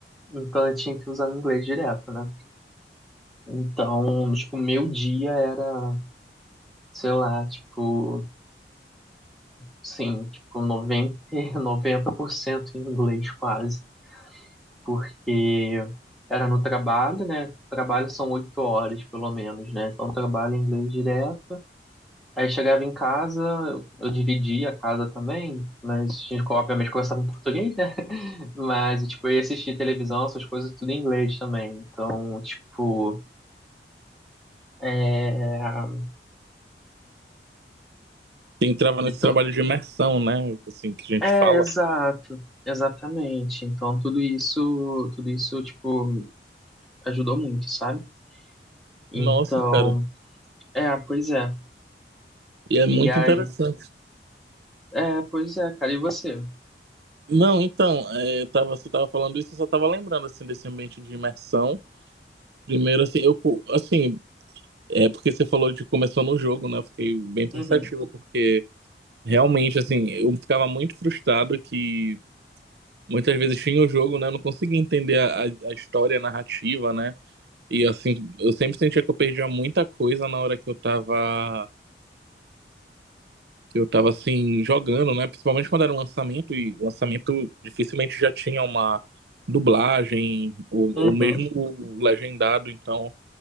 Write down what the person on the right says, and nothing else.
Você entrava
nesse trabalho de imersão, né, assim que a gente
fala.
Nossa, cara,
e é muito
interessante.
Não, então, é, eu tava, você tava falando isso, eu só tava lembrando assim desse ambiente de imersão. Primeiro, assim, eu, co- assim, É porque você falou de começou no jogo, né? Eu fiquei bem pensativo,
porque realmente, assim, eu ficava muito frustrado que muitas vezes tinha o jogo, né? Eu não conseguia entender a, a a história, a narrativa, né? E assim, eu sempre sentia que eu perdia muita coisa na hora que eu tava, que eu tava assim, jogando, né? Principalmente quando era um lançamento, e o lançamento dificilmente já tinha uma dublagem, ou,
ou mesmo legendado, então,